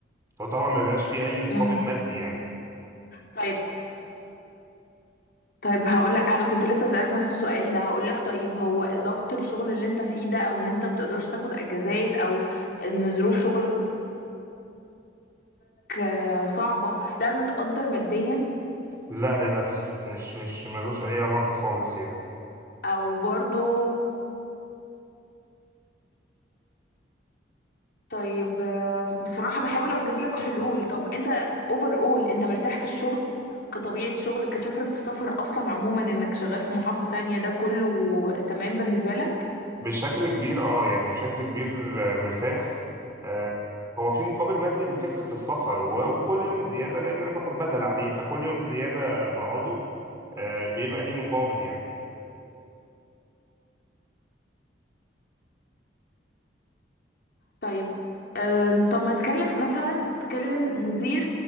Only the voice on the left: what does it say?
مم.
طيب طيب هقول لك انا كنت لسه اسالك نفس السؤال ده هقول لك طيب هو ضغط الشغل اللي انت فيه ده او ان انت بتقدرش تاخد اجازات او ان ظروف شغلك آه، صعبة ده متقدر ماديا
او برضو طيب آه، بصراحة بحاول اوجد لك حلول طب انت اوفر اول انت مرتاح في الشغل كطبيعة شغل كفكرة السفر اصلا عموما انك شغال في محافظة تانية ده كله تمام بالنسبة لك
طيب أم، طب ما تكلم مثلا تكلم مدير